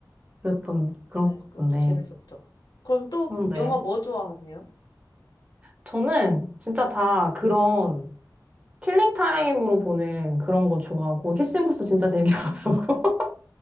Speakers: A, on the right (about 20°); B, on the left (about 60°).
A: 그랬던 그런
B: 네,
A: 것 같던데.
B: 그것도 재밌었죠. 그럼 또
A: 음, 네.
B: 영화 뭐 좋아하세요?
A: 저는 진짜 다 그런 킬링 타임으로 보는 그런 거 좋아하고 키싱부스 진짜 재밌게 <laughs> 봤었고.